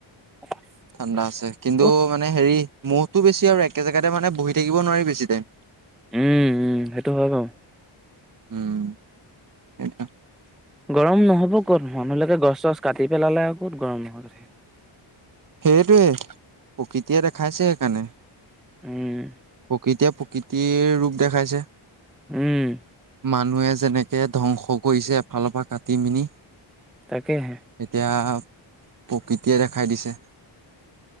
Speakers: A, in the centre; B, on the right (about 40°).
A: <inaudible>
B: ঠাণ্ডা আছে কিন্তু
A: ক'ত
B: মানে হেৰি মহটো বেছি আৰু একে জেগাতে মানে বহি থাকিব নোৱাৰি বেছি টাইম।
A: উম, উম সেইটো হয় বাৰু।
B: উম, এইটা
A: গৰম নহ'ব ক'ত মানুহবিলাকে গছ-চছ কাটি পেলালে আৰু ক'ত গৰম নহ
B: সেইটোৱে প্ৰকৃতিয়ে দেখাইছে সেইকাৰণে।
A: উম,
B: প্ৰকৃতিয়ে প্ৰকৃতিৰ ৰূপ দেখাইছে।
A: উম,
B: মানুহে যেনেকে ধ্বংস কৰিছে এফালৰ পা কাটি- মিনি।
A: তাকেহে।
B: এতিয়া প্ৰকৃতিয়ে দেখাই দিছে।